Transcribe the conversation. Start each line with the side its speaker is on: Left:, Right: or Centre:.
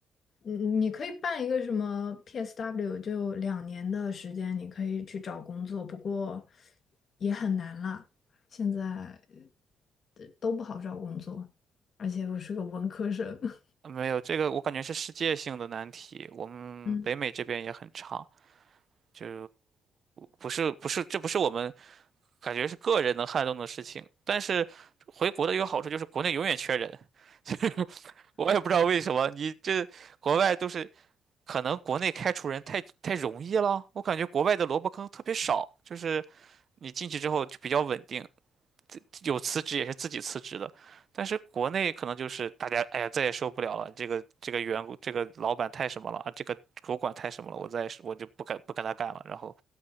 Left: 嗯，你可以办一个什么 PSW，就两年的时间，你可以去找工作，不过也很难啦。现在呃都不好找工作，而且我是个文科生，<laughs>
Right: 没有，这个我感觉是世界性的难题，我们北美这边也很差。
Left: 嗯，
Right: 就不是不是，这不是我们感觉是个人能撼动的事情。但是回国的一个好处就是国内永远缺人，<laughs> 就是我也不知道为什么。你这国外都是可能国内开除人太太容易了，我感觉国外的萝卜坑特别少，就是你进去之后就比较稳定。有辞职也是自己辞职的，但是国内可能就是大家，哎呀，再也受不了了，这个这个员工，这个老板太什么了啊，这个主管太什么了，我再我就不跟不跟他干了。然后，